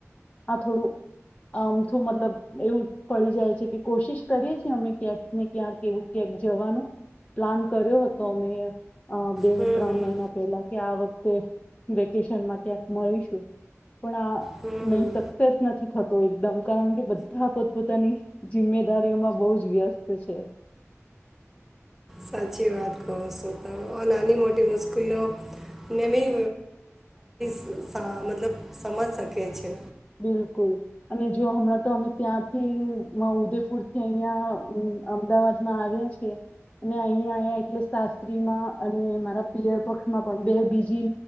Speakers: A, on the left (about 25°); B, in the centre.
A: આ થોડું આમથું મતલબ એવું પડી જાય છે કે કોશિશ કરીએ છ છે અમે ક્યાંક ને ક્યાંક એવું ક્યાંક જવાનું પ્લાન કર્યો હતો અમે અ બે
B: હમ, હમ,
A: ત્રણ મહિના પહેલા કે આ વખતે તે વેકેશન માં ક્યાંક મળીશું પણ આ
B: હમ,
A: નહી
B: હમ.
A: સક્સેસ નથી થતો એકદમ કારણ કે બધા પોતપોતાની જિમ્મેદારીઓમાં બહ જ વ્યસ્ છે.
B: સાચી વાત કહો શો તમે. નાની-મોટી મુશ્કેલીને મી <unintelligible> મતલબ સમજ શકે છે.
A: બિલકુલ અને જો હમણાં તો અમે ત્યાંથી ઉદેપુરથી અહિયાં અમદાવાદમાં આવ્યા છીએ. અને અહીયા આવ્યા એટલે શાસ્ત્રીમાં અને મારા પિયર પક્ષમાં પણ બે બીજી